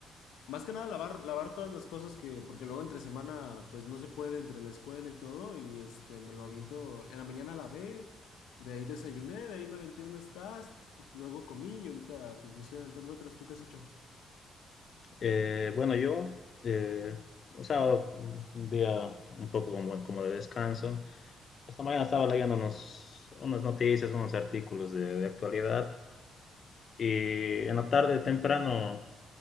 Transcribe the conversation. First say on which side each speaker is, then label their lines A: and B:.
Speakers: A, on the left (about 85°); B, on the left (about 45°).
A: más que nada lavar, lavar todas las cosas que, porque luego entre semana pues no se puede entre la escuela y todo y este, me lo aviento, en la mañana lavé, de ahí desayuné, de ahí me aventé unas tasks, luego comí y ahorita pues me estoy aventando otras. ¿Tú qué has hecho?
B: Eh, bueno, yo, eh, un sábado, un día un poco como, como de descanso. Esta mañana estaba leyendo unos, unas noticias, unos artículos de, de actualidad y en la tarde temprano